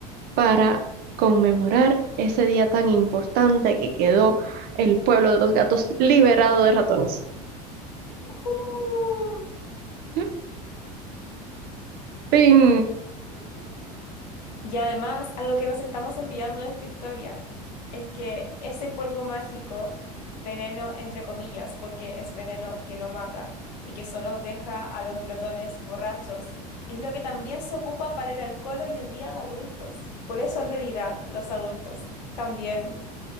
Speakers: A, on the right; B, on the left.
A: para conmemorar ese día tan importante que quedó el pueblo de los gatos liberado de ratones.
B: Oh.
A: <laughs> Fin.
B: Y además, algo que nos estamos olvidando de esta historia es que ese polvo mágico, veneno entre comillas, porque es veneno que no mata y que solo deja a los glotones borrachos, es lo que también se ocupa para el alcohol hoy en día de adultos. Por eso en realidad los adultos también